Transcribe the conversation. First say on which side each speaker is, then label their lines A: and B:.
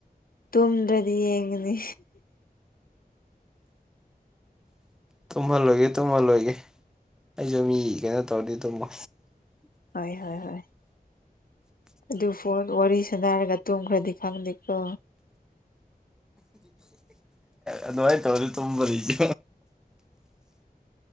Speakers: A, on the left; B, in the centre.
A: ꯇꯨꯝꯗ꯭ꯔꯗꯤ ꯌꯦꯡꯒꯅꯤ
B: ꯇꯨꯝꯍꯜꯂꯣꯏꯒꯦ ꯇꯨꯝꯍꯜꯂꯣꯏꯒꯦ ꯑꯩꯁꯨ ꯃꯤ ꯀꯦꯩꯅ ꯇꯧꯔꯗꯤ ꯇꯨꯝꯃꯣ
A: ꯍꯣꯏ ꯍꯣꯏ ꯍ ꯑꯗꯨ ꯐ ꯋꯥꯔꯤ ꯁꯥꯟꯅꯔꯒ ꯇꯨꯝꯈ꯭ꯔꯗꯤ ꯈꯪꯗꯦꯀꯣ
B: ꯑꯗꯨꯃꯥꯏꯅ ꯇꯧꯅꯤ ꯇꯨꯝꯕꯔꯤꯁꯤ